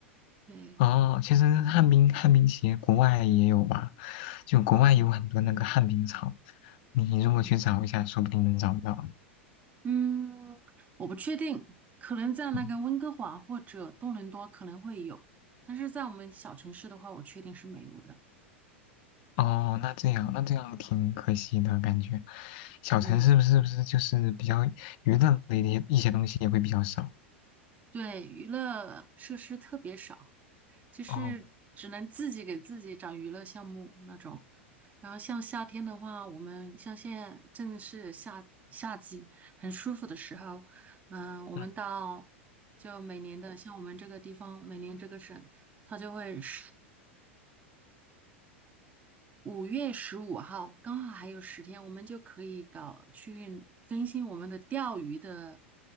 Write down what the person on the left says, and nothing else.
哦，其实旱冰旱冰鞋国外也有吧，就国外有很多那个旱冰场，
你如果去找一下，
说不定能找到。
嗯
哦，那这样，那这样挺可惜的感觉。小陈是不是不是就是比较娱乐类的一一些东西也会比较少？
哦，
嗯，